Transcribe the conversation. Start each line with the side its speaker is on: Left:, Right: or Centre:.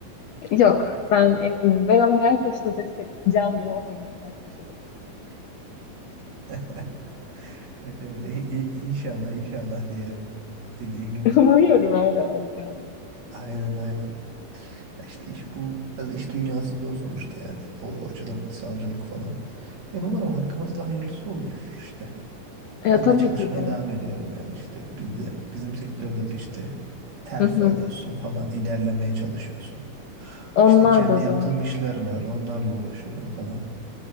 Left: Yok, ben eminim. Ben onu her koşulda destekleyeceğim gibi o da beni her koşulda destekler.
Right: <laughs> Evet evet İ- i- inşallah inşallah diyelim dediğin gibi.
Left: <laughs> Umuyorum öyle olacağını.
Right: Aynen aynen. Ya İşte iş bu biraz iş dünyası zor sonuçta yani o, o açıdan savcılık falan. Yani umarım hakkımızda hayırlısı olur işte.
Left: Ya
Right: Ben
Left: tabii
Right: de çalışmaya
Left: ki zor.
Right: devam ediyorum yani işte biz de bizim sektörde de işte terfi
Left: Hı hı.
Right: alıyorsun falan ilerlemeye çalışıyorsun.
Left: Onlar
Right: İşte kendi
Left: da zor.
Right: yaptığım işler var onlarla uğraşıyorum falan.